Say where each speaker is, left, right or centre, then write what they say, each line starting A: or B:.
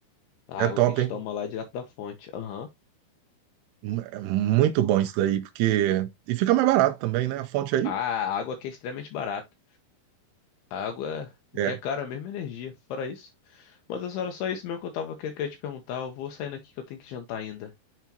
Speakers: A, on the left; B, on the right.
A: A água
B: É top,
A: que a gente
B: hein?
A: toma lá é direto da fonte. Aham.
B: Hum, É muito bom isso daí, porque. E fica mais barato também, né? A fonte aí.
A: Ah, A água aqui é extremamente barata. A água, o
B: É.
A: que é caro é mesmo energia, fora isso. Mas essa era só isso mesmo que eu tava querendo te perguntar. Eu vou saindo aqui que eu tenho que jantar ainda.